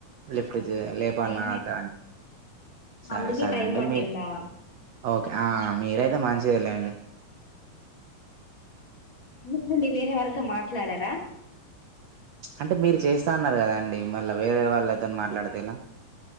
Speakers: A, on the right; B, on the left.
A: లిఫ్ట్
B: అవునా
A: చెయ్ లేపాలనా
B: నేనే
A: వద్ద సరే
B: అందుకే
A: సరే
B: టైం
A: అండి
B: పట్టిందా
A: మీ ఓకే ఆ మీరైతే మంచిదే లెండి
B: ఎందుకండి వేరే వాళ్ళతో మాట్లాడారా
A: అంటే మీరు చేస్తా ఉన్నారు కదా అండి మళ్ళీ వేరే వాళ్ళు అల్లతోని మాట్లాడతే ఏలా